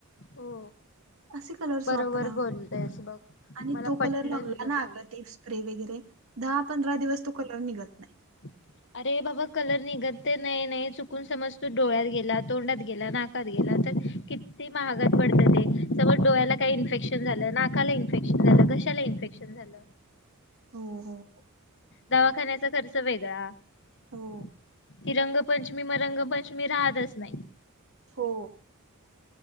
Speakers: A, on the left; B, on the right.
A: हो.
B: असे कलर्स
A: बरोबर
B: वापरा.
A: बोलतेस बघ
B: आणि
A: मला
B: तो
A: पटलं
B: कलर लावला
A: तुझं
B: ना
A: बोल
B: अग ते स्प्रे वगैरे दहा पंधरा दिवस तो कलर निघत नाही
A: <inaudible> अरे बाबा कलर निघत तर नाही नाही चुकून समज तो डोळ्यात गेला तोंडात गेला नाकात गेला किती महागात पडतं ते समज डोळ्याला काही इन्फेक्शन झालं नाकाला इनफेक्शन झालं तर कशाला इन्फेक्शन होईल
B: हो हो हो
A: दवाखान्याचा खर्च वेगळा.
B: हो
A: ती रंगपंचमी म रंगपंचमी राहतच नाही.
B: हो